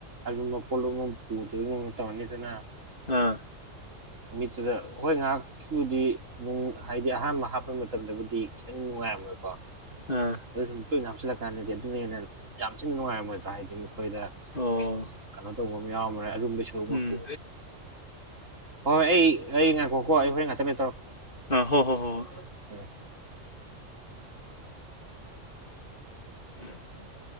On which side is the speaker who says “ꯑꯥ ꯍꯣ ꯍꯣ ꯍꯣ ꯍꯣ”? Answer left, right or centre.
Left